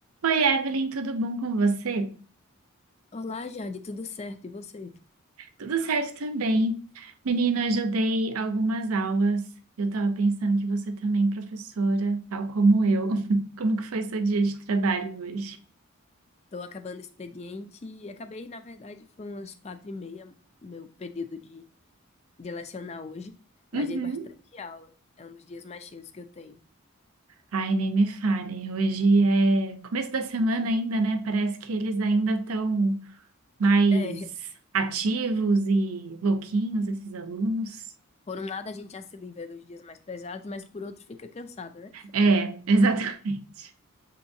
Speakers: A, on the right; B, on the left.
A: Oi, Evelyn, tudo bom com você?
B: Olá, Jade, tudo certo? E você?
A: Tudo certo também. Menina, hoje eu dei algumas aulas. Eu tava pensando que você também é professora, tal como eu. <laughs> Como que foi seu dia de trabalho hoje?
B: Estou acabando o expediente e acabei, na verdade, foi umas quatro e meia, meu período de, de lecionar hoje, mas
A: Uhum.
B: dei bastante aula. É um dos dias mais cheios que eu tenho.
A: Ai, nem me fale. Hoje é começo da semana ainda, né? Parece que eles ainda estão mais
B: É,
A: ativos e louquinhos, esses alunos.
B: por um lado a gente já se livra dos dias mais pesados, mas por outro fica cansado, né?
A: É, exatamente.